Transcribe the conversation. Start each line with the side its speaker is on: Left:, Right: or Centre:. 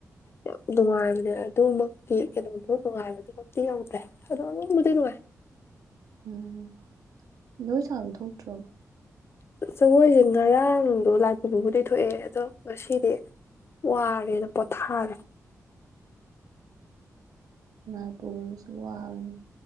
Left: ꯌꯥꯝ ꯅꯨꯡꯉꯥꯏꯕꯅꯦ ꯑꯗꯨꯃꯛꯇꯤ ꯀꯩꯅꯣꯗꯣ ꯅꯨꯡꯉꯥꯏꯕꯗꯨꯃꯛꯇꯤ ꯌꯥꯎꯗ꯭ꯔꯦ ꯑꯗꯣ ꯑꯗꯨꯕꯨꯗꯤ ꯅꯨꯡꯉꯥꯏ
Right: ꯎꯝ ꯂꯣꯏ ꯁꯥꯥꯡꯕ ꯊꯣꯛꯇ꯭ꯔꯣꯕ
Left: ꯖꯒꯣꯏꯁꯦ ꯉꯔꯥꯡꯗꯣ ꯂꯥꯏꯄꯨꯕꯕꯨꯗꯤ ꯊꯣꯛꯑꯦ ꯑꯗꯣ ꯉꯁꯤꯗꯤ ꯋꯥꯔꯦꯅ ꯄꯣꯊꯥꯔꯦ
Right: ꯂꯥꯏꯄꯨꯕꯁꯨ ꯋꯥꯕꯅꯤ